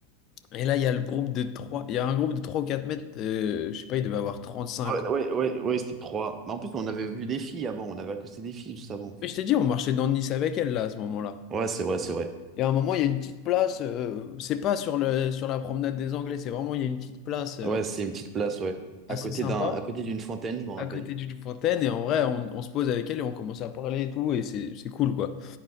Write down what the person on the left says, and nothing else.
et là, il y a le groupe de trois, il y a un groupe de 3 ou 4 mètres, euh, je sais pas, il devait avoir 35
ans.
Mais je t'ai dit, on marchait dans Nice avec elles là à ce moment-là.
Et à un moment, il y a une petite place, euh, c'est pas sur le, sur la promenade des Anglais, c'est vraiment, il y a une petite place euh,
assez
sympa
à
côté d'une fontaine. Et en vrai, on, on se pose avec elle et on commence à parler et tout. Et c'est, c'est cool, quoi.